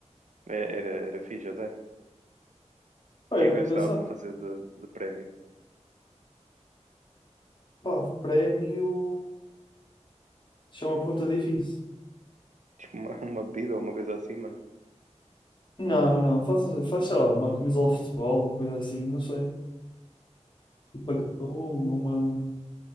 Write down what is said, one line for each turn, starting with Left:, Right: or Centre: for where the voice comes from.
Right: É, era, era fixe até. O
Left: Pá,
Right: que
Left: era
Right: é que gastava
Left: bem pensado.
Right: para fazer de, de prémio?
Left: Pá, prémio. Isso é uma pergunta difícil.
Right: Tipo, uma, uma bebida ou uma coisa assim, mano.
Left: Não, não, faz, faz sei lá, uma camisola de futebol, uma coisa assim, não sei. Tipo, para cada um, uma.